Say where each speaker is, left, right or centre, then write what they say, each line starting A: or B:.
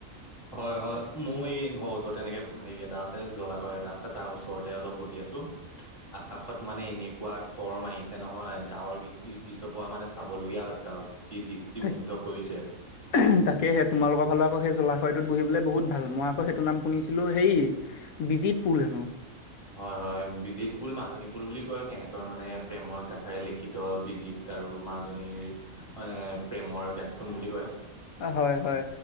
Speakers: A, on the left; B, on the left.
A: হয় হয়, মোৰ এই ঘৰৰ ওচৰত তেনেকে হেৰিয়াত এটা আছে জলাশয় এটা আছে তাৰ ওচৰতে অলপ বহ আছোঁ আকাশত মানে এনেকুৱা খৰ মাৰিছে নহয়। ডাৱৰ গিছপৰা মানে চাবলগীয়া হৈছে আৰু। কি দৃষ্টিমুগ্ধ
B: তাকে
A: কৰিছে
B: সে তোমালোকৰ ফালৰ আকৌ সেই। জলাশয়তোত বহিবলে বহুত ভাল মই আকৌ সেইটো নাম শুনিছিলোঁ হেই বিজিত পুল হেনোঁ।
A: হয় হয় বিজিতপুল মাছ। নিপুল বুলি কয় সিহঁতৰ মানে প্ৰেমৰ গাঁথাৰে লিখিত বিজিত আৰু মাজনীৰ। এ প্ৰেমৰ। গাথোন বুলি কয়
B: হয় হয়